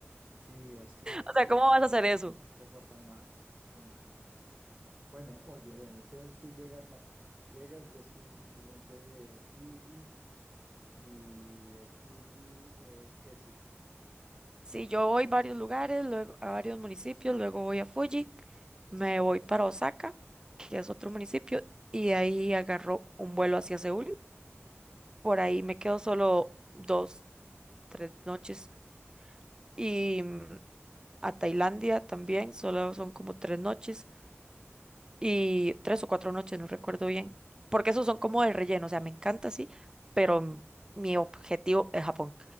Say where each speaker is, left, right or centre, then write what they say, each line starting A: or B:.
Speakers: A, on the right; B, on the right.
A: Sí, es que
B: O sea,
A: nos
B: ¿cómo
A: por-
B: vas a hacer eso?
A: se portan mal, sí, qué mal. Bueno, oye, bueno, entonces tú llegas a, llegas, ves tu, tu monte Fuji y de Fuji, eh, ¿qué sigue?
B: Si yo voy a varios lugares, luego a varios municipios, luego voy a Fuji, me voy para Osaka, que es otro municipio, y de ahí agarro un vuelo hacia Seúl. Por ahí me quedo solo dos, tres noches y mm, a Tailandia también, solo son como tres noches y tres o cuatro noches, no recuerdo bien, porque esos son como de relleno, o sea, me encanta, sí, pero mm, mi objetivo es Japón.